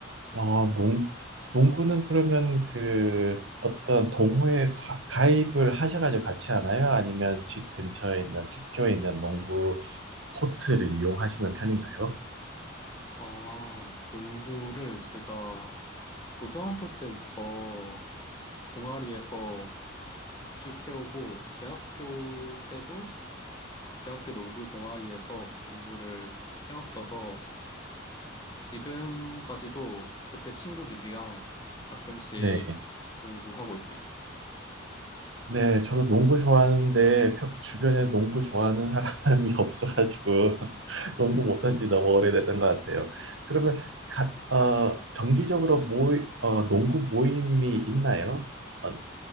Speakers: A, on the right; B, on the left.
A: 어, 농구, 농구는 그러면 그 어떤 동호회 가- 가입을 하셔가지고 같이 하나요? 아니면 집 근처에 있는 학교에 있는 농구 코트를 이용하시는 편인가요?
B: 아, 농구를 제가 고등학교 때부터 동아리에서 쭉 해오고, 대학교 때도 대학교 농구 동아리에서 농구를 해왔어서, 지금까지도 그때 친구들이랑 가끔씩
A: 네,
B: 농구하고 있습니다.
A: 네, 저도 농구 좋아하는데 펴- 주변에 농구 좋아하는 사람이 <laughs> 없어가지고 <laughs> 농구 못한 지 너무 오래됐던 것 같아요. 그러면 가, 어, 정기적으로 모이, 어, 농구 모임이 있나요? 어,